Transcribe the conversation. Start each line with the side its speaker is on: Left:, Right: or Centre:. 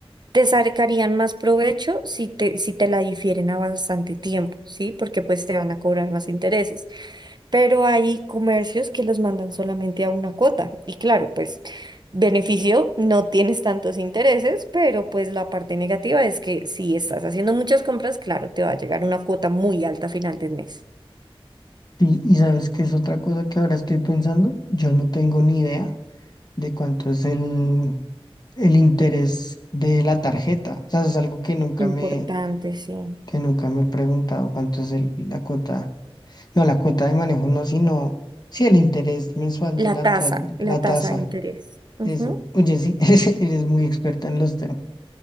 Right: te sacarían más provecho si te, si te la difieren a bastante tiempo, ¿sí? Porque pues te van a cobrar más intereses. pero hay comercios que los mandan solamente a una cuota. Y claro, pues beneficio, no tienes tantos intereses, pero pues la parte negativa es que si estás haciendo muchas compras, claro, te va a llegar una cuota muy alta a final del mes.
Left: Y, y sabes que es otra cosa que ahora estoy pensando, yo no tengo ni idea de cuánto es el, el interés de la tarjeta. O sea, es algo que nunca
Right: Importante,
Left: me
Right: sí.
Left: que nunca me he preguntado cuánto es el- la cuota, no la cuota de manejo, no, sino sí el interés mensual
Right: La
Left: de la,
Right: tasa,
Left: ta-
Right: la
Left: la
Right: tasa
Left: tasa.
Right: de interés. Ujú.
Left: Eso, oye, sí, <laughs> eres, eres muy experta en los temas,